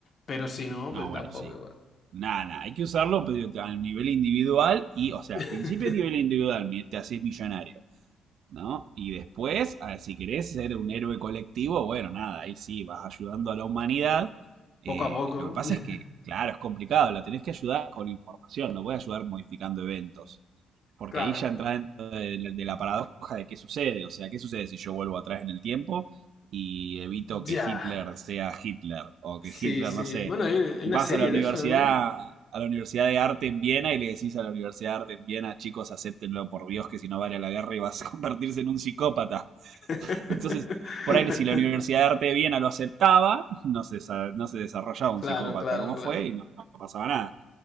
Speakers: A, on the left; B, on the right.
A: Pero si no,
B: No,
A: pues
B: bueno,
A: tampoco
B: sí.
A: igual.
B: Nada, nada. Hay que usarlo pero a nivel individual y, o sea,
A: <laughs>
B: a principio a nivel individual mi- te haces millonario. ¿no? Y después, ah, si querés ser un héroe colectivo, bueno, nada, ahí sí, vas ayudando a la humanidad. Eh,
A: Poco a poco.
B: lo que pasa
A: <laughs>
B: es que, claro, es complicado, la tenés que ayudar con información, no puedes ayudar modificando eventos, porque
A: Claro.
B: ahí ya entra dentro de, de la paradoja de qué sucede, o sea, qué sucede si yo vuelvo atrás en el tiempo y evito
A: Ya.
B: que Hitler sea Hitler, o
A: Sí,
B: que Hitler,
A: sí.
B: no sé,
A: Bueno, hay, hay
B: vas
A: una serie
B: a la universidad,
A: de eso, ¿no?
B: a la Universidad de Arte en Viena y le decís a la Universidad de Arte en Viena, chicos, acéptenlo por Dios que si no vale la guerra y vas a <laughs> convertirse en un psicópata.
A: <laughs>
B: <laughs> Entonces, por ahí si la Universidad de Arte de Viena lo aceptaba, no se, sa- no se desarrollaba un
A: Claro,
B: psicópata
A: claro,
B: como
A: claro.
B: fue y no, no pasaba nada.